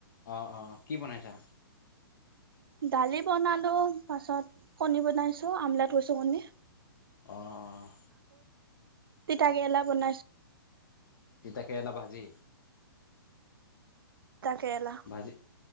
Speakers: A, on the left (about 60°); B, on the right (about 70°).
A: অ অ কি বনাইছা
B: দালি বনালো, পাছত কণী বনাইছো, আমলেট কৰিছো কণী।
A: অঁ।
B: তিতাকেৰেলা বনাইছো।
A: তিতাকেৰেলা ভাজি?
B: তিতা কেৰেলা
A: ভাজি